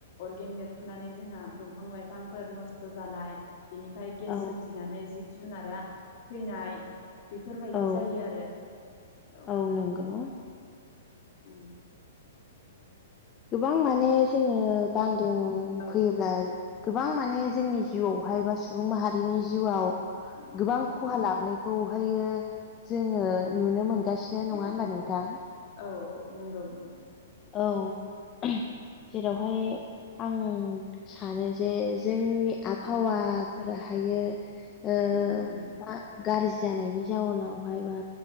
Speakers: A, on the left; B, on the left.
A: अरगें बेरफुनानै जोंहा दंफां लाइफांफोर नस्थ' जानाय बिनिफ्राय गेस
B: औ
A: सोमजिनानै जिब जुनारा थैनाय। बेफोरबायदि
B: औ
A: जायो आरो औ।
B: औ नांगौ
A: उम
B: गोबां माने जोङो बांग्रिं
A: औ
B: फैयोब्ला गोबां माने जोंनि जिउआवहाय बा सुबुं माहारिनि जिउआव
A: उम
B: गोबां खहा लाबोनायखौहायो जोङो नुनो मोनगासिनो नङा
A: उम
B: हबा नोंथां?
A: औ औ नंगौ नंगौ
B: औ जेरावहाय आं सानो जे जोंनि आबहावाफोरा
A: उम
B: हायो ओ
A: उम उम
B: मा गारजि जानायनि जाउनावहाय बा